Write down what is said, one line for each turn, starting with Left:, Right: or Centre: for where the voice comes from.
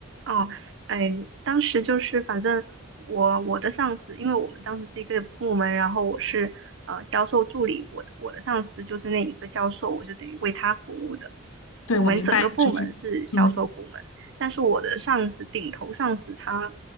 Right: 哦，哎，当时就是反正我我的上司，因为我们当时是一个部门，然后我是呃销售助理，我的我的上司就是那一个销售，我是等于为他服务的。
Left: 对，
Right: 我们整个部门是销售部门，
Left: 我明白，就是，嗯，
Right: 但是我的上司顶头上司他